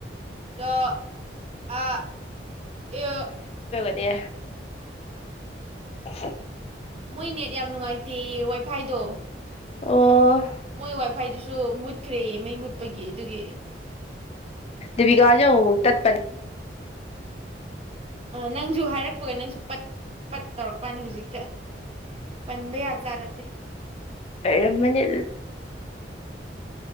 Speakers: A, on the right (about 35°); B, on the left (about 35°).
A: ꯂꯣ ꯑ ꯑꯦ
B: ꯗꯦ <unintelligible>
A: ꯃꯣꯏ ꯅꯦꯠ ꯌꯥꯝ ꯅꯨꯡꯉꯥꯏꯇꯦ ꯋꯥꯏꯐꯥꯏꯗꯣ
B: ꯑꯣ
A: ꯃꯣꯏ ꯋꯥꯏꯐꯥꯏꯗꯨꯁꯨ ꯃꯨꯠꯈ꯭ꯔꯦ ꯃꯩ ꯃꯨꯠꯄꯒꯤ ꯑꯗꯨꯒꯤ
B: ꯤꯕꯀꯥꯖꯨꯛ ꯇꯠꯄꯔ
A: ꯑ ꯅꯪꯁꯨ ꯍꯥꯏꯔꯛ ꯆꯄꯒ ꯅꯪꯁꯨ ꯄꯠ ꯄꯠ ꯇꯧꯔꯛꯄꯅꯤ ꯍꯧꯖꯤꯛꯇ ꯄꯟꯕ ꯌꯥꯕꯖꯥꯠ ꯅꯠꯇꯦ
B: ꯑꯣꯏꯔꯝꯃꯅꯤ